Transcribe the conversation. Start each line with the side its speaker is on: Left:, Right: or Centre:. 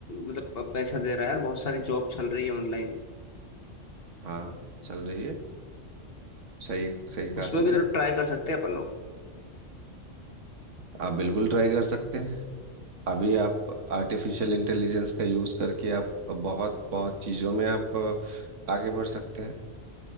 Left: मतलब पैसा दे रहा है यार बहुत सारी जॉब चल रही है ऑनलाइन
Right: हाँ चल रही है सही सही कहा
Left: उसमें
Right: तुमने
Left: भी तो ट्राई कर सकते हैं अपन लोग
Right: आप बिल्कुल ट्राई कर सकते हैं अभी आप आर्टिफिशियल इंटेलिजेंस का यूज़ करके आप बहुत बहुत चीज़ों में आप अ, आगे बढ़ सकते हैं